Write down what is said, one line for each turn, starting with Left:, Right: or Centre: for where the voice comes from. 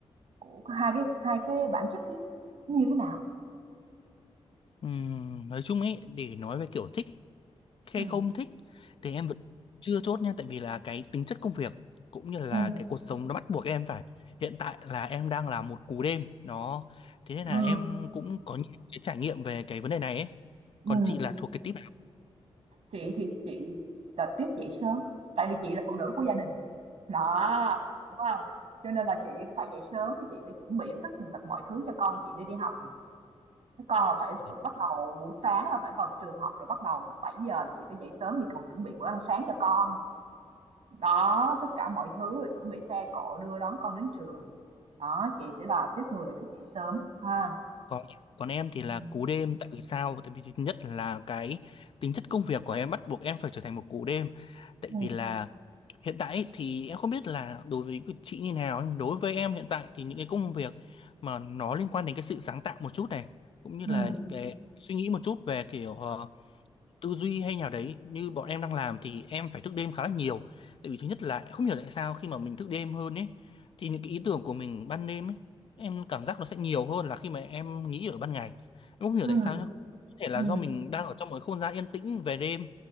Right: của hai cái hai cái bản chất cái như thế nào?
Left: Ừm, nói chung ấy, để nói về kiểu thích
Right: Ừ.
Left: hay không thích thì em vẫn chưa chốt nha, tại vì là cái tính chất công việc cũng như là
Right: Ừ.
Left: cái cuộc sống nó bắt buộc em phải. Hiện tại là em đang là một cú đêm, đó. Thế nên là
Right: Ừ.
Left: em cũng có những cái trải nghiệm về cái vấn đề này ấy.
Right: Ừ.
Left: Còn chị là thuộc cái tip
Right: Chị thì chị là tiếp dậy sớm, tại vì chị là phụ nữ của gia đình, đó, đúng không? Cho nên là chị phải dậy sớm, thì chị phải chuẩn bị tất tần tật mọi thứ cho con chị đi đi học này. Các con là phải
Left: nào?
Right: phải bắt đầu buổi sáng là phải vào trường học rồi bắt đầu lúc bảy giờ thì chị phải dậy sớm đi còn chuẩn bị bữa ăn sáng cho con. Đó, tất cả mọi thứ rồi chuẩn bị xe cộ đưa đón con đến trường. Đó, chị sẽ là tiếp người thức dậy sớm ha.
Left: còn còn em thì là
Right: Ừ.
Left: cú đêm tại vì sao tại vì thứ nhất là cái tính chất công việc của em bắt buộc em phải trở thành một cú đêm tại
Right: Ừ.
Left: vì là hiện tại ấy thì em không biết là đối với cái chị như nào nhưng đối với em hiện tại thì những cái công việc mà nó liên quan đến cái sự sáng tạo một chút này cũng như
Right: Ừ.
Left: là những cái suy nghĩ một chút về kiểu ờ, tư duy hay nào đấy như bọn em đang làm thì em phải thức đêm khá là nhiều tại vì thứ nhất là không hiểu tại sao khi mà mình thức đêm hơn ấy thì những cái ý tưởng của mình ban đêm ấy em cảm giác nó sẽ nhiều hơn là khi mà em nghĩ ở ban ngày em không hiểu
Right: Ừ.
Left: tại sao nhá có thể là
Right: Ừ.
Left: do mình đang ở trong một cái không gian yên tĩnh về đêm